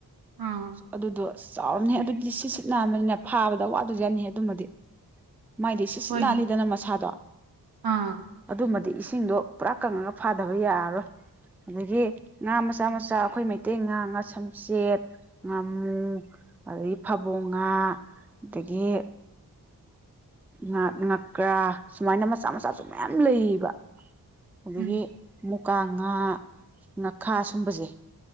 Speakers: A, on the right; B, in the centre.
A: ꯑꯥ
B: ꯑꯗꯨꯗꯣ ꯆꯥꯎꯔꯝꯅꯤ ꯑꯗꯨꯗꯤ ꯁꯤꯠ ꯁꯤꯠ ꯅꯥꯝꯕꯅꯤꯅ ꯐꯥꯕꯗ ꯋꯥꯗꯁꯨ ꯌꯥꯅꯤꯍꯦ ꯑꯗꯨꯃꯗꯤ ꯃꯥꯏꯗꯤ ꯁꯤꯠ ꯁꯤꯠ
A: ꯍꯣꯏꯅꯦ
B: ꯅꯥꯜꯂꯤꯗꯅ ꯃꯁꯥꯗꯣ
A: ꯑꯥ
B: ꯑꯗꯨꯃꯗꯤ ꯏꯁꯤꯡꯗꯣ ꯄꯨꯔꯥ ꯀꯪꯉꯒ ꯐꯥꯗꯕ ꯌꯥꯔꯔꯣꯏ ꯑꯗꯒꯤ ꯉꯥ ꯃꯆꯥ
A: ꯎꯝ
B: ꯃꯆꯥ ꯑꯩꯈꯣꯏ ꯃꯩ ꯇꯦꯡꯉꯥ ꯉ ꯁꯝꯆꯦꯠ ꯉꯥꯃꯨ ꯑꯗꯒꯤ ꯐꯕꯣ ꯉꯥ ꯑꯗꯒꯤ ꯉ ꯉꯀ꯭ꯔꯥ ꯁꯨꯃꯥꯏꯅ ꯃꯆꯥ ꯃꯆꯥꯁꯨ ꯃꯌꯥꯝ ꯂꯩꯌꯦꯕ ꯑꯗꯒꯤ
A: ꯎꯝ
B: ꯃꯨꯀꯥ ꯉꯥ ꯉꯥꯈꯥ ꯁꯨꯝꯕꯁꯦ